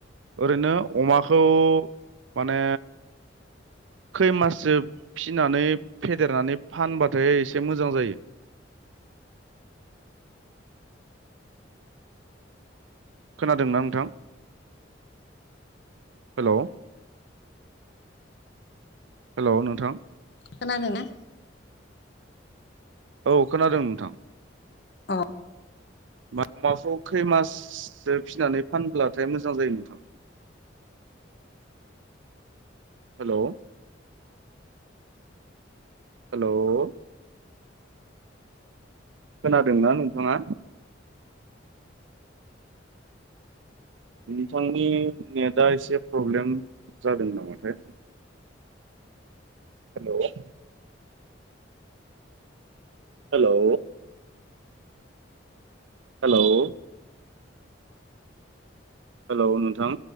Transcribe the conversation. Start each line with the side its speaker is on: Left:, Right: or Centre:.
Right: ओरैनो अमाखौ माने खै माससो फिनानै फेदेरनानै फानबाथाय एसे मोजां जायो।
Left: <inaudible>
Right: खोनादोंना नोंथां? हेलौ। हेलौ नोंथां
Left: खोनादोंना
Right: औ खोनादों नोंथां
Left: अ
Right: अमाखौ खै माससो फिनानै फानब्लाथाय मोजां जायो नोंथां हेलौ हेल'। खोनादोंना नोंथाङा? नोंथांनि नेटआ एसे प्रब्लेम जादों नामाथाय
Left: <inaudible>
Right: हेल'। हेलौ हेल'। हेलौ नोंथां।